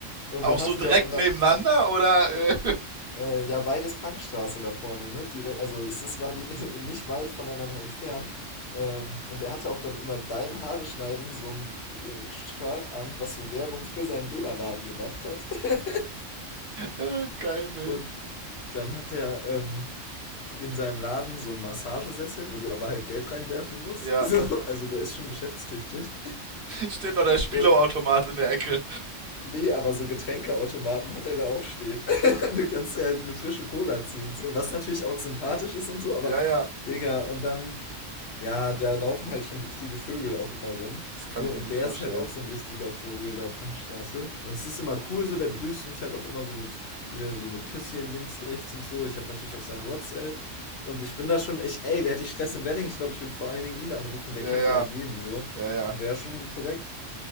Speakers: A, on the left (about 60°); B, on the right (about 50°).
A: Und
B: Auch
A: dann
B: so
A: hatte
B: direkt
A: der auch immer,
B: nebeneinander oder äh,
A: äh, ja, beides Punkstraße da vorne, ne? Direkt, also es ist, war die <laughs> nicht weit voneinander entfernt. Ähm, und er hatte auch dann immer beim Haare schneiden so ein äh, Shirt an, was so Werbung für seinen Dönerladen gemacht hat. <laughs>
B: <laughs> geil Bild.
A: Und dann hat er ähm, in seinem Laden so einen Massagesessel, wo du aber halt Geld reinwerfen musst.
B: Ja.
A: <laughs> So, also der ist schon geschäftstüchtig.
B: Steht noch der Spielautomat
A: Und
B: in der Ecke.
A: Nee, aber so Getränkeautomaten hat er da auch stehen. <laughs> Du kannst dir halt eine frische Cola ziehen, so, was natürlich auch sympathisch ist und so, aber
B: Ja, ja.
A: Digga, und dann, ja, da laufen halt schon richtige Vögel auch immer rum.
B: Das kann
A: So,
B: ich
A: und
B: mir gut
A: der
B: vorstellen.
A: ist halt auch so ein richtiger Vogel da, Punkstraße. Und es ist immer cool, so, der begrüßt mich halt auch immer so mit, hier, so mit Küsschen links, rechts und so. Ich habe natürlich auch sein WhatsApp. Und ich bin da schon, ich, ey, wer hätte ich Stress im Wedding? Ich glaube, ich würde vor allen Dingen ihn anrufen, der
B: Ja,
A: kennt
B: ja.
A: ja halt jeden so.
B: Ja, ja.
A: Wäre schon korrekt.